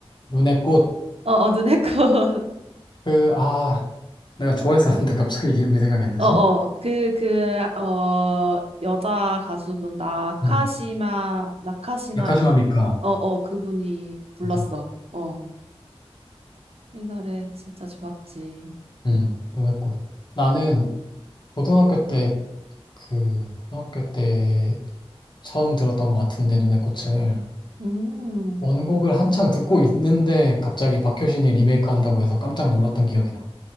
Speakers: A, on the left (about 45°); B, on the right (about 70°).
A: 눈의 꽃.
B: 어, 어, 눈의 꽃. <laughs>
A: 그, 아, 내가 좋아했었는데 갑자기 <laughs> 이름이 생각이 안 나지?
B: 어어 그 그 어 여자 가수분 나카시마
A: 음,
B: 나카시마
A: 나카시마
B: 미
A: 미카.
B: 어어 그분이 불렀어
A: 맞아.
B: 어이 노래 진짜 좋았지
A: 음, 눈의 꽃. 나는 고등학교 때 그, 고등학교 때 처음 들었던 것 같은데, 눈의 꽃을.
B: 음
A: 원곡을 한창 듣고 있는데, 갑자기 박효신이 리메이크 한다고 해서 깜짝 놀랐던 기억이 나.